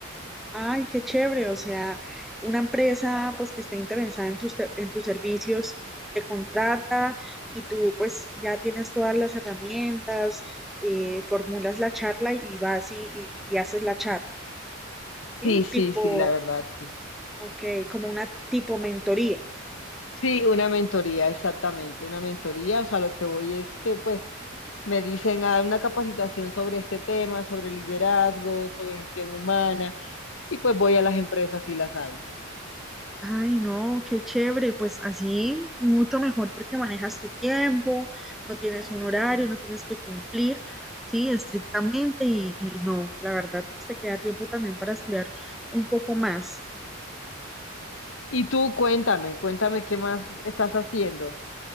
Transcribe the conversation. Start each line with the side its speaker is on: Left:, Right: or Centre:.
Centre: Ay, qué chévere, o sea, una empresa pues que esté interesada en tus, te- en tus servicios te contrata y tú pues ya tienes todas las herramientas, eh, formulas la charla y vas y, y- y haces la charla,
Left: Sí,
Centre: ¿sí?
Left: sí,
Centre: Tipo
Left: sí, la verdad, sí.
Centre: Ok, como una tipo mentoría.
Left: Sí, una mentoría, exactamente, una mentoría. O sea, lo que voy es que pues me dicen a una capacitación sobre este tema, sobre liderazgo, sobre gestión humana, y pues voy a las empresas y las hago.
Centre: Ay, no, qué chévere. Pues así, mucho mejor porque manejas tu tiempo, no tienes un horario, no tienes que cumplir, sí, estrictamente. Y, y no, la verdad, pues te queda tiempo también para estudiar un poco más.
Left: Y tú cuéntame, cuéntame qué más estás haciendo.